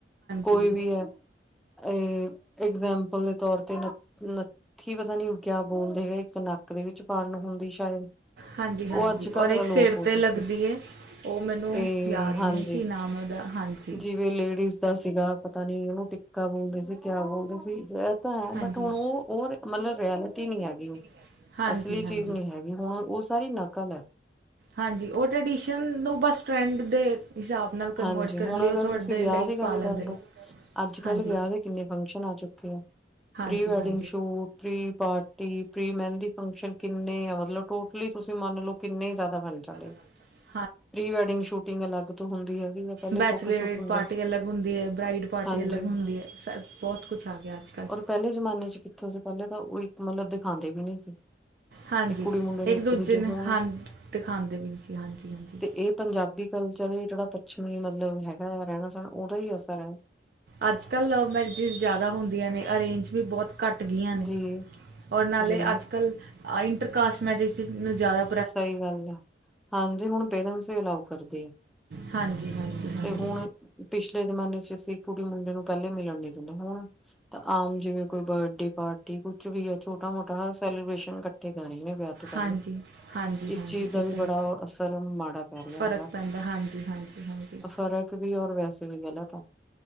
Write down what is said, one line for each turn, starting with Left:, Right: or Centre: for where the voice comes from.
Centre: ਕੋਈ
Right: ਹਾਂਜੀ
Centre: ਵੀ ਐ ਏ ਐਗਜੈਂਪਲ ਦੇ ਤੌਰ ਤੇ, ਨ -ਨੱਥੀ ਪਤਾ ਨੀ ਕਿਆ ਬੋਲਦੇ ਐ, ਇੱਕ ਨੱਕ ਦੇ ਵਿੱਚ ਪਾਂਨ ਨੂੰ ਹੁੰਦੀ ਸ਼ਾਇਦ।
Right: ਹਾਂਜੀ- ਹਾਂਜੀ।
Centre: ਉਹ ਅੱਜ ਕੱਲ੍ਹ
Right: ਔਰ ਏਕ
Centre: ਅਲੋਪ
Right: ਸਿਰ
Centre: ਹੋ
Right: ਤੇ ਲੱਗਦੀ
Centre: ਚੁੱਕੀ
Right: ਏ ਓ ਮੈਨੂੰ
Centre: ਇਹ
Right: ਯਾਦ
Centre: ਹਾਂਜੀ
Right: ਨੀ ਕਿ ਨਾਮ ਏ ਓਦਾ। ਹਾਂਜੀ।
Centre: ਜਿਵੇਂ ਲੇਡੀਜ਼ ਦਾ ਸੀਗਾ ਪਤਾ ਨੀ ਓਨੂੰ ਟਿੱਕਾ ਬੋਲਦੇ ਸੀ, ਕਿਆ ਬੋਲਦੇ ਸੀ। ਹਾਂ,
Right: ਹਾਂਜੀ।
Centre: ਬਟ ਹੁਣ ਓ, ਓ ਮਤਲਬ ਰੀਐਲਿਟੀ ਨੀ ਹੈਗੀ ਓ,
Right: ਹੈਗੀ
Centre: ਅਸਲੀ
Right: ਉਹ
Centre: ਚੀਜ਼ ਨੀ ਹੈ। ਵੀ ਹੁਣ ਓ ਸਾਰੀ ਨਕਲ ਐ।
Right: ਹਾਂਜੀ ਓ ਟਰਡੀਸ਼ਨ ਨੂੰ ਬਸ ਟਰੈਂਡ ਦੇ ਹਿਸਾਬ ਨਾਲ
Centre: ਹਾਂਜੀ
Right: ਕਨਵਰਟ ਕਰਨ
Centre: ਹੁਣ
Right: ਲਈ
Centre: ਅਗਰ
Right: ਉਹ ਤੁਹਾਡੇ
Centre: ਤੁਸੀਂ ਵਿਆਹ
Right: ਲਈ
Centre: ਦੀ ਗੱਲ
Right: ਪਾ
Centre: ਕਰ
Right: ਲੈਂਦੇ
Centre: ਲੋ
Right: ਨੇ।
Centre: ਅੱਜ-ਕੱਲ
Right: ਅੱਜ
Centre: ਵਿਆਹ ਦੇ ਕਿੰਨੇ ਫੰਕਸ਼ਨ ਆ ਚੁੱਕੇ ਆ। ਪ੍ਰੀ
Right: ਚੁੱਕੇ
Centre: wedding
Right: ਆ
Centre: shoot pre party, pre mehndi function ਕਿੰਨੇ ਆ ਮਤਲਬ ਟੋਟਲੀ ਤੁਸੀਂ ਮੰਨ ਲਓ ਕਿੰਨੇ ਜਾਦਾ ਬਣ ਜਾਂਦੇ।
Right: <inaudible>
Centre: ਪ੍ਰੀ ਵੈਡਿੰਗ ਸ਼ੂਟਿੰਗ ਅਲੱਗ ਤੋਂ ਹੁੰਦੀ ਹੈਗੀ। <unintelligible>
Right: ਬੈਚਲਰ
Centre: ਸ਼ੂਟ ਹੁੰਦਾ
Right: ਪਾਰਟੀ
Centre: ਸੀ
Right: ਅਲੱਗ ਹੁੰਦੀ ਐ, ਬਰਾਈਡ ਪਾਰਟੀ
Centre: ਹਾਂਜੀ
Right: ਅਲੱਗ ਹੁੰਦੀ ਐ, ਸਬ ਬੋਤ ਕੁਛ ਆ ਗਿਆ ਅੱਜ ਕੱਲ੍ਹ।
Centre: ਪਰ ਪੈਲੇ ਜਮਾਨੇ ਚ ਕਿੱਥੋਂ ਸੀ ਪੈਲੇ ਤਾਂ ਓ ਈ ਮਤਲਬ ਦਿਖਾਂਦੇ ਵੀ ਨੀ ਸੀ।
Right: ਹਾਂਜੀ
Centre: ਏ ਕੁੜੀ ਮੁੰਡੇ ਨੇ ਇੱਕ ਦੂਜੇ
Right: ਨੇ
Centre: ਹੁਣ
Right: ਹਾਂ ਦਿਖਾਉਂਦੇ ਵੀ ਨਹੀਂ ਸੀ ਹਾਂਜੀ ਹਾਂਜੀ
Centre: ਤੇ ਏ ਪੰਜਾਬੀ ਕਲਚਰ ਲਈ ਜੇੜਾ ਪੱਛਮੀ ਮਤਲਬ ਹੈਗਾ ਆ ਰੈਣਾ ਸੈਣ ਓਦਾ ਈ ਅਸਰ ਐ।
Right: ਅੱਜ ਕੱਲ੍ਹ ਲਵ ਮੈਰਿਜਿਸ ਜਾਦਾ ਹੁੰਦੀਆਂ ਨੇ ਅਰੇਂਜ ਵੀ ਬੋਤ ਘੱਟ ਗੀਆਂ ਨੇ।
Centre: ਜੀ
Right: ਔਰ ਨਾਲੇ
Centre: ਜੀ
Right: ਅੱਜ ਕੱਲ੍ਹ ਅਤ ਇੰਟਰਕਾਸਟ ਮੈਰਿਜਸ ਨੂੰ ਜਾਦਾ
Centre: ਸਈ ਗੱਲ ਐ ਹਾਂਜੀ ਹੁਣ ਪੇਰੈਂਟਸ ਵੀ ਅਲਾਓ ਕਰਦੇ।
Right: ਹਾਂਜੀ-ਹਾਂਜੀ-ਹਾਂਜੀ
Centre: ਤੇ ਹੁਣ ਪਿਛਲੇ ਜਮਾਨੇ ਚ ਅਸੀਂ ਕੁੜੀ ਮੁੰਡੇ ਨੂੰ ਪੈਲੇ ਮਿਲਣ ਨੀ ਦਿੰਦੇ ਹੁਣ ਤਾਂ ਆਮ ਜਿਵੇਂ ਕੋਈ ਬਰਡੇ ਪਾਰਟੀ ਕੁੱਛ ਵੀ ਐ ਛੋਟਾ ਮੋਟਾ ਹਰ ਸੈਲੀਬ੍ਰੇਸ਼ਨ ਇਕੱਠੇ ਕਰ ਰੇ ਨੇ ਵਿਆਹ ਤੋਂ ਪਹਿਲੇ
Right: ਹਾਂਜੀ। ਹਾਂਜੀ
Centre: ਇਸ
Right: ਹਾਂਜੀ
Centre: ਚੀਜ਼ ਦਾ
Right: ਇਹ
Centre: ਵੀ
Right: ਤਾਂ
Centre: ਬੜਾ
Right: ਹੈ
Centre: ਓ ਅਸਰ ਮਾੜਾ ਪੈ ਰਿਆ
Right: ਫ਼ਰਕ
Centre: ਹੈਗਾ
Right: ਪੈਂਦਾ ਹਾਂਜੀ ਹਾਂਜੀ ਹਾਂਜੀ
Centre: ਫ਼ਰ ਕ ਵੀ ਓਰ ਵੈਸੇ ਵੀ ਗਲਤ ਆ।